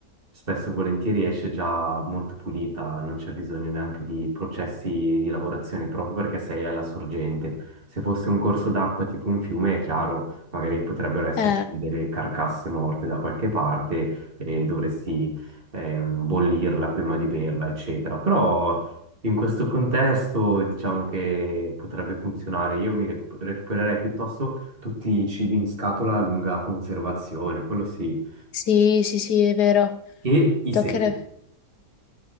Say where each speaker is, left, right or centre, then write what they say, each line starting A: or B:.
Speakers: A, on the right; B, on the left.
A: spesso e volentieri esce già molto pulita, non c'è bisogno neanche di processi di lavorazione proprio perché sei alla sorgente. Se fosse un corso d'acqua tipo un fiume, è chiaro, magari potrebbero esserci
B: eh.
A: delle carcasse morte da qualche parte e dovresti ehm, bollirla prima di berla, eccetera. Però in questo contesto diciamo che potrebbe funzionare. Io mi recu- recupererei piuttosto tutti i cibi in scatola a lunga conservazione, quello sì.
B: Sì, sì, sì, è vero.
A: E i
B: Toccherebbe.
A: segni,